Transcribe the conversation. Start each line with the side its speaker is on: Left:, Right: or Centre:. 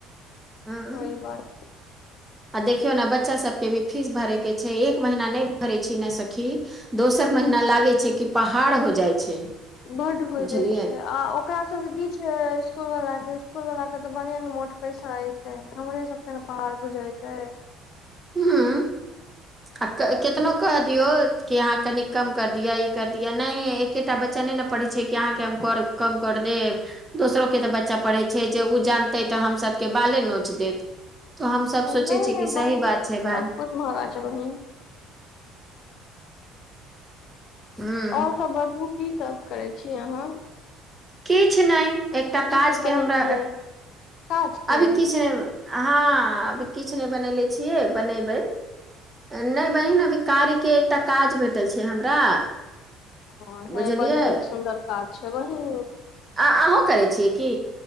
Right: हूं,
Left: उहि बात छै
Right: आ देखियौ न बच्चा सबके भी फीस भरै के छै एक महिना नहि भरै छी न सखी दोसर महीना लागे छै की पहाड़ हो जाइ छै
Left: बड्ड होइ
Right: बुझलियै
Left: जाइ छै आ ओकरा सबके की छै इस्कूल वला के इस्कुल वला तऽ बढ़िआं ने मोट पैसा ऐते हमरे सबके ने पहाड़ गुझेते
Right: ह्म आ केतनो क दियौ कि अहाँ कनि कम करि दिअ ई कर दिअ नहि एकेटा बच्चा नहि ने पढ़ै छै कि अहाँके हम कर कम कर देब दोसरोके तऽ बच्चा पढ़ै छै जे ओ जानतै तऽ हमसभके बाले नोच देत तऽ हम सब सोचे
Left: नहि
Right: छियै
Left: नहि
Right: कि सही
Left: बहुत
Right: बात छै भाय
Left: सबकुछ महगा छै बहिन
Right: हूँ
Left: आओर सब बतबु की सब करै छी अहाँ
Right: किछ नहि एकटा
Left: की
Right: काज
Left: सब
Right: के
Left: बनेलियै
Right: हमरा
Left: काज के
Right: अभी किछ नहि हँ अभी किछु नहि बननेे छियै बनेबै नहि बहिन अभी कार्यके एकटा काज भेटल छै हमरा
Left: ह ह
Right: बुझलियै
Left: बड़ नीक सुन्दर काज छै बहि
Right: आ अहूँ करै छियै की